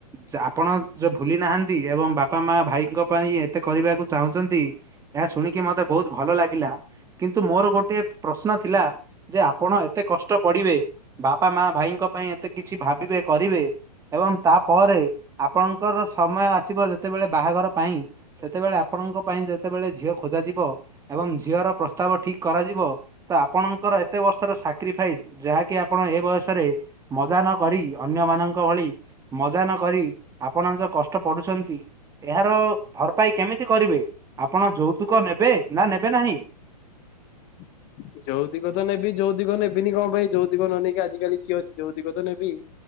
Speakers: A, on the right (about 15°); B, on the left (about 35°).
A: ଯାହା ଆପଣ ଯୋଉ ଭୁଲି ନାହାନ୍ତି ଏବଂ ବାପା ମାଆ ଭାଇଙ୍କ ପାଇଁ ଏତେ କରିବାକୁ ଚାହୁଁଛନ୍ତି ଏହା ଶୁଣିକି ମତେ ବହୁତ ଭଲ ଲାଗିଲା କିନ୍ତୁ ମୋର ଗୋଟେ ପ୍ରଶ୍ନ ଥିଲା ଯେ ଆପଣ ଏତେ କଷ୍ କଷ୍ଟ ପଡ଼ିବେ ବାପା ମାଆ ଭାଇଙ୍କ ପାଇଁ ଏତେ କିଛି ଭାବିବେ କରିବେ ଏବଂ ତାପରେ ଆପଣଙ୍କର ସମୟ ଆସିବ ଯେତେବେଳେ ବାହାଘର ପାଇଁ ସେତେବେଳେ ଆପଣଙ୍କ ପାଇଁ ଯେତେବେଳେ ଝିଅ ଖୋ ଖୋଜାଯିବ ଏବଂ ଝିଅର ପ୍ରସ୍ତାବ ଠିକ୍ କରାଯିବ ତ ଆପଣଙ୍କର ଏତେ ବର୍ଷର ସାକ୍ରିଫାଇସ୍ ଯାହାକି ଆପଣ ଏ ବୟସରେ ମଜା ନ କରି ଅନ୍ୟମାନଙ୍କ ଭଳି ମଜା ନ କରି ଆପଣ ଯୋଉ କଷ୍ଟ ପଢୁଛନ୍ତି ଏହାର ଭରପାଇ କେମିତି କରିବେ ଆପଣ ଯୌତୁକ ନେବେ ନା ନେବେ ନାହିଁ।
B: <inaudible> ଯୌତୁକ ତ ନେବି ଯୌତୁକ ନେବ୍ ନେବିନି କଣ ପାଇଁ ଯୌତୁକ ନ ନେଇକି ଆଜିକାଲି କିଏ ଅଛି ଯୌତୁକ ତ ନେବି।